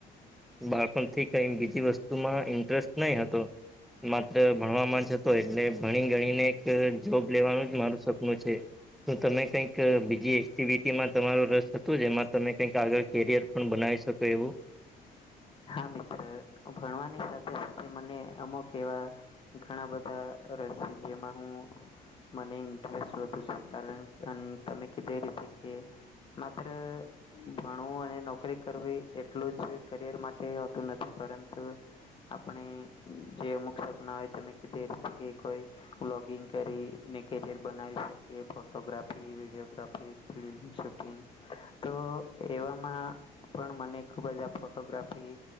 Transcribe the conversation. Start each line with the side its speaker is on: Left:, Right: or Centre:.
Centre: બાળપણથી કઈ બીજી વસ્તુમાં ઇન્ટરેસ્ટ નઈ હતો. માત્ર ભણવામાં જ હતો એટલે ભણી ગણીને એક જોબ લેવાનું જ મારું સપનું છે. તો તમે કંઈક બીજી એક્ટિવિટીમાં તમારો રસ હતો જેમાં તમે કઈક આગળ કેરિયર પણ બનાવી શકો એવું.
Left: હા મિત્ર ભણવાની સાથે સાથે મને અમુક એવા ઘણા બધા રહેશે જેમાં હું મને ઇન્ટરેસ્ટ વધુ છે કારણ તમે કીધુ એ રીતે માત્ર ભણવું અને નોકરી કરવી એટલું જ કરિયર માટે હોતું નથી પરંતુ આપણે જે અમુક સ્વપ્ના હોય તમે કીધુ એ રીતે કે કોઈ બ્લોગિંગ કરી ને કેરિયર બનાવી શકે ફોટોગ્રાફી વિડીયોગ્રાફી ફિલ્મ શૂટિંગ તો એવામાં પણ મને ખુબ જ આ ફોટોગ્રા ફી